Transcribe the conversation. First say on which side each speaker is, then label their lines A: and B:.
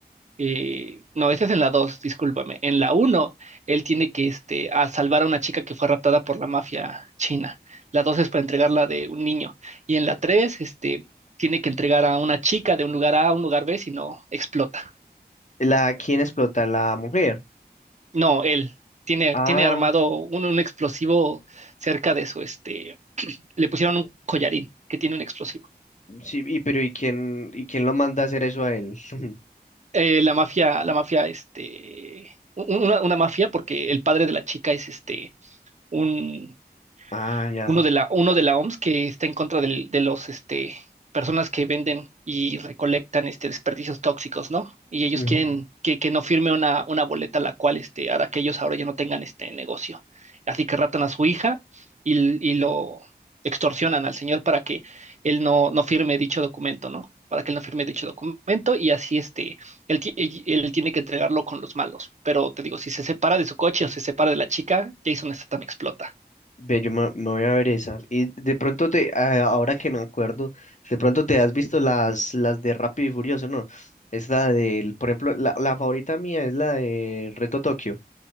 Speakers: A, on the right; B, on the left.
A: eh, no, ese es en la 2. discúlpame. En la uno, él tiene que este, a salvar a una chica que fue raptada por la mafia china. La 2 es para entregarla de un niño. Y en la 3, este, tiene que entregar a una chica de un lugar A a un lugar B, si no, explota.
B: La, ¿quién explota? La mujer.
A: No, él tiene,
B: Ah,
A: tiene armado un, un explosivo cerca de su, este, le pusieron un collarín que tiene un explosivo.
B: sí, y pero ¿y quién, y quién lo manda a hacer eso a él? <laughs>
A: Eh, la mafia, la mafia, este, un- una, una mafia, porque el padre de la chica es este, un
B: Ah, ya.
A: uno de la, uno de la OMS que está en contra del- de los, este, personas que venden y recolectan, este, desperdicios tóxicos, ¿no? Y ellos
B: ujú.
A: quieren que, que no firme una, una boleta la cual, este, hará que ellos ahora ya no tengan este negocio. Así que raptan a su hija y, l- y lo extorsionan al señor para que él no, no firme dicho documento, ¿no? Para que él no firme dicho documento y así, este, él, ti- él- él tiene que entregarlo con los malos. Pero te digo, si se separa de su coche o se separa de la chica, Jason Statham explota.
B: Ve, yo me, me voy a ver esa. Y de pronto te, ah, ahora que me acuerdo, de pronto te has visto las, las de Rápido y Furioso, ¿no? Es la del, por ejemplo, la, la favorita mía es la de Reto Tokio,